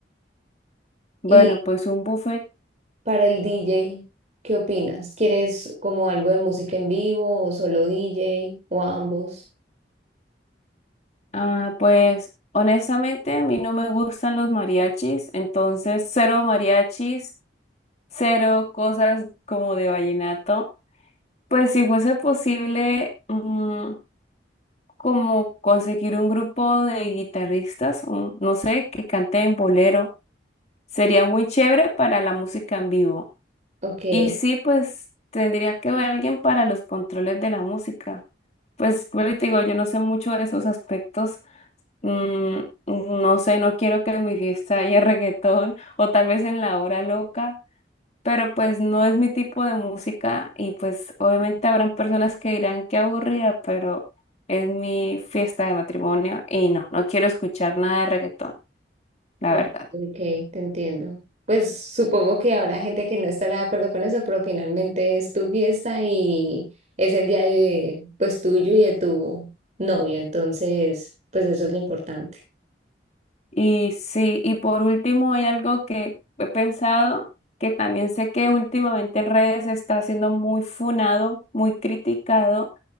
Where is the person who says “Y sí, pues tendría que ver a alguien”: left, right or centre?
Left